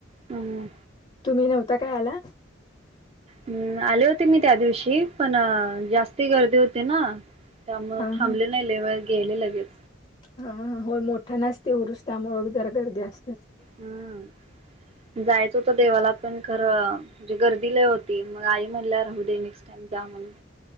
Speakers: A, on the right; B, on the left.
A: हम्म
B: तुम्ही नव्हता काय आला.
A: हम् आले होते मी त्या दिवशी पण जास्ती गर्दी होते ना. त्यामु
B: हा
A: थांबले
B: हा
A: नाही लय वेळ गेले लगेच
B: हा हो मोठं नासते उरुस त्यामुळे जरा गर्दी असते.
A: हम्म जायचं होत देवाला पण खरं म्हणजे गर्दीला होती मग आई म्हणल्या राहू दे नेक्स्ट टाइम जा म्हणून